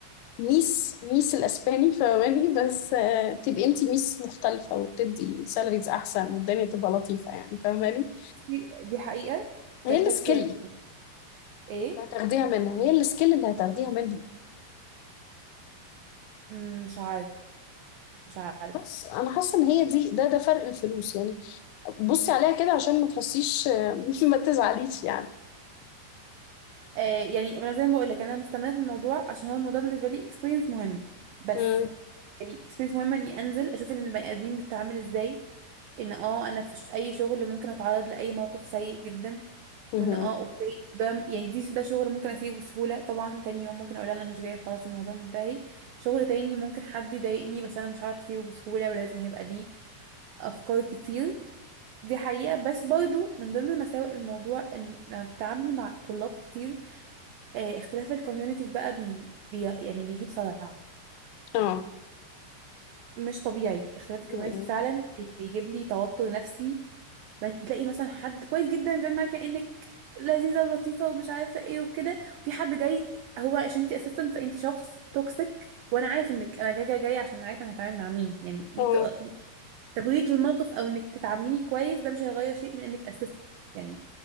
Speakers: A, on the left (about 85°); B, on the right (about 75°).
A: ميس ميس الاسباني فاهماني بس آه، تبقي انتي ميس مختلفه وبتدي سالاريز احسن والدنيا تبقى لطيفه يعني فاهماني
B: دي دي حقيقه
A: هي
B: ده فكره
A: السكيل
B: ايه
A: اللي هتاخديها منها هي السكيل اللي هتاخديها منها
B: مم، مش عارف مش عارف
A: بس انا حاسه ان هي دي ده ده فرق الفلوس يعني بصي عليها كده عشان ما تحسيش <laughs> ما تزعليش يعني
B: آه يعني انا زي ما بقول لك انا مستمره في الموضوع عشان هو الموضوع بالنسبه لي اكسبيرينس مهم بس
A: امم
B: يعني اكسبيرينس مهمه اني انزل اشوف ان البني ادمين بتتعامل ازاي ان اه انا في ش- اي شغل ممكن اتعرض لاي موقف سيء جدا
A: امم
B: وان اه اوكي ده يعني دي ده شغل ممكن اسيبه بسهوله طبعا تاني يوم ممكن اقول انا مش جاي خلاص الموضوع منتهي شغل تاني ممكن حد يضايقني بس انا مش عارف اسيبه بسهوله ولازم هيبقى ليه افكار كتير دي حقيقة بس برضو من ضمن مساوئ الموضوع ان لما بتتعاملي مع طلاب كتير آه، اختلاف الكوميونيتيز بقى بي بي يعني بيجيب صداع
A: اه
B: مش طبيعي اختلاف الكوميونيتي
A: امم
B: فعلا بي بيجيب لي توتر نفسي بعدين تلاقي مثلا حد كويس جدا بتعمل معاك كأنك لذيذة ولطيفة ومش عارفة ايه وكده وفي حد جاي هو عشان انت اساسا فانت شخص توكسيك وانا عارف انك انا جايه جايه جاي عشان عارفه انا هتعامل مع مين يعني انت
A: اه
B: تبريك للموقف او انك تتعامليني كويس ده مش هيغير شيء من انك اساسا يعني